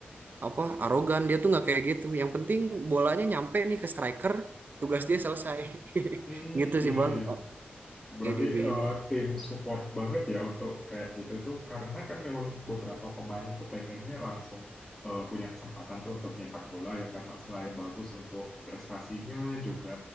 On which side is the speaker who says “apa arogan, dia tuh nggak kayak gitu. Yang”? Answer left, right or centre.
Right